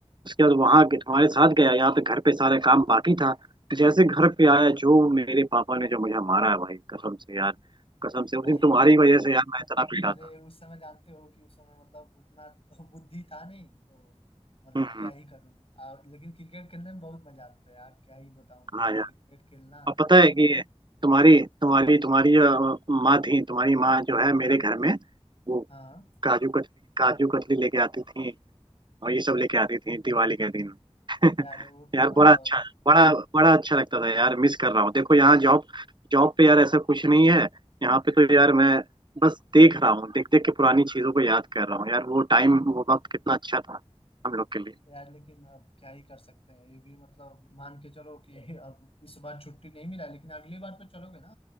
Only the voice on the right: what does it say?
उसके बाद वहां के तुम्हारे साथ गया यहाँ पे घर पे सारा काम बाकी था जैसे घर पे आया जो मेरे पापा ने जो मुझे मारा है भाई कसम से यार कसम
से उस
दिन तुम्हारी
वजह से यार मैं इतना पीटा
था
हम्म
हाँ यार
अब पता है कि तुम्हारी तुम्हारी तुम्हारी अ, माँ थी तुम्हारी माँ जो है मेरे घर में वो
काजू कतली काजू कतली लेके आती थी और ये सब लेके आती थी दिवाली के दिन <laughs>
यार
बड़ा अच्छा बड़ा बड़ा अच्छा लगता था यार मिस कर रहा हूँ देखो यहाँ जॉब जॉब पे यार ऐसा कुछ नहीं है यहाँ पे तो यार मैं बस देख रहा हूँ देख देख के पुरानी चीजों को याद कर रहा हूँ यार वो टाइम वो वक्त कितना अच्छा था हम लोग के लिए